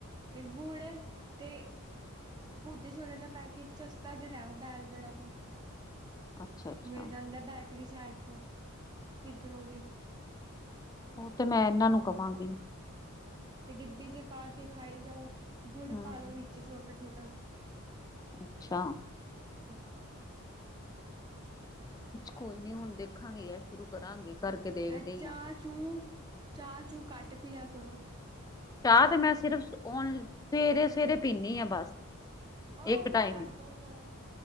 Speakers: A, on the right; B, on the left.
A: ਤੇ ਗੁੜ ਤੇ ਭੂਜੇ ਛੋਲੇ ਦਾ ਪੈਕੇਟ ਸਸਤਾ ਜਿਹਾ ਲੈਓ ਬੈਲਗੜ੍ਹਾ ਤੋਂ।
B: ਅੱਛਾ-ਅੱਛਾ।
A: ਮਿਲ <unintelligible> ਸਾਈਡ ਤੋਂ ਕਿਧਰੋਂ ਵੀ
B: ਉਹ ਤੇ ਮੈਂ ਇਹਨਾਂ ਨੂੰ ਕਵਾਂਗੀ।
A: ਤੇ ਡਿੱਬੀ ਜੇ ਪਾ ਕੇ ਖਾਏ ਜਾਓ। ਗੁੜ
B: ਹਮ
A: ਪਾਲੋ ਮਿਰ ਛੋਟਾ-ਛੋਟ ਦਸ
B: ਅੱਛਾ।
A: ਹੂੰ
B: ਕੋਈ ਨੀ ਹੁਣ ਦੇਖਾਂਗੇ ਯਾਰ ਸ਼ੁਰੂ ਕਰਾਂਗੇ। ਕਰਕੇ ਦੇਖਦੇ
A: ੲੈ ਚਾਹ-ਚੂਹ
B: ਹਾਂ
A: ਚਾਹ-ਚੂਹ ਘੱਟ ਪਿਆ ਕਰੋ।
B: ਚਾਹ ਤੇ, ਮੈਂ ਸਿਰਫ ਔਨਲ ਸਵੇਰੇ-ਸਵੇਰੇ ਪੀਨੀ ਆ ਬਸ।
A: ਵ
B: ਇੱਕ
A: ਉਹ ਵੀ
B: ਟਾਈਮ
A: ਛੱਡ ਦਓ, ਕੋਈ ਨਾ।